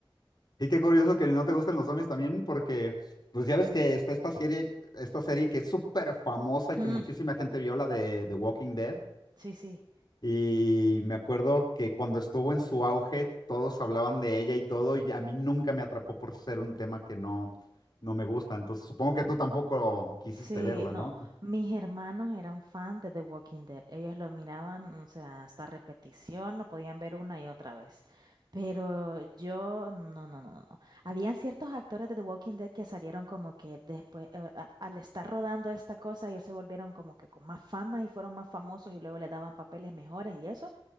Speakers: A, on the left; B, on the right.
A: Y qué curioso que no te gusten los zombies también, porque pues ya ves que está esta serie, esta serie que es súper famosa y
B: Mm,
A: que muchísima gente vio, la de The Walking Dead.
B: sí, sí.
A: Y me acuerdo que cuando estuvo en su auge, todos hablaban de ella y todo, y a mí nunca me atrapó por ser un tema que no, no me gusta. Entonces supongo que tú tampoco quisiste
B: Sí,
A: verla, ¿no?
B: no,
A: <laughs>
B: mis hermanos eran fans de The Walking Dead. Ellos lo miraban, o sea, hasta repetición, lo podían ver una y otra vez. Pero yo, no, no, no, no. no. Habían ciertos actores de The Walking Dead que salieron como que después, eh, a- al estar rodando esta cosa, ellos se volvieron como que con más fama y fueron más famosos y luego les daban papeles mejores y eso.